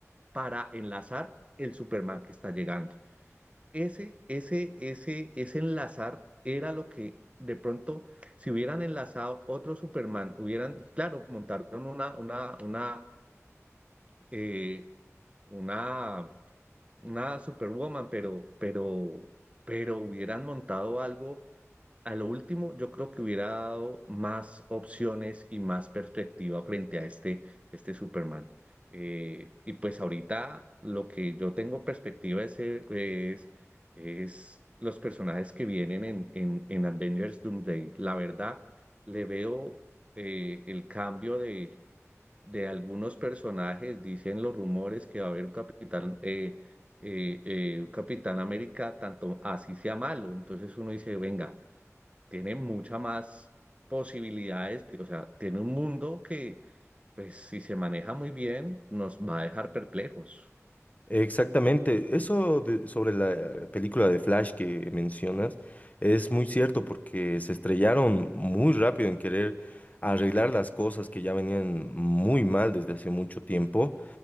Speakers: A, on the right (about 25°); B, on the left (about 30°).
A: para enlazar el Superman que está llegando. Ese, ese, ese, ese enlazar era lo que de pronto, si hubieran enlazado otro Superman, hubieran, claro, montaron una, una, una, eh, una, una Superwoman, pero, pero, pero hubieran montado algo a lo último, yo creo que hubiera dado más opciones y más perspectiva frente a este, este Superman. Eh, y pues ahorita lo que yo tengo perspectiva es, eh, es, es los personajes que vienen en, en, en Avengers Doomsday. La verdad, le veo eh, el cambio de, de algunos personajes. Dicen los rumores que va a haber un Capitán, eh, eh, eh, un Capitán América, tanto así sea malo. Entonces uno dice, venga tiene mucha más posibilidades, o sea, tiene un mundo que, pues, si se maneja muy bien, nos va a dejar perplejos.
B: Exactamente, eso de- sobre la película de Flash que mencionas es muy cierto porque se estrellaron muy rápido en querer arreglar las cosas que ya venían muy mal desde hace mucho tiempo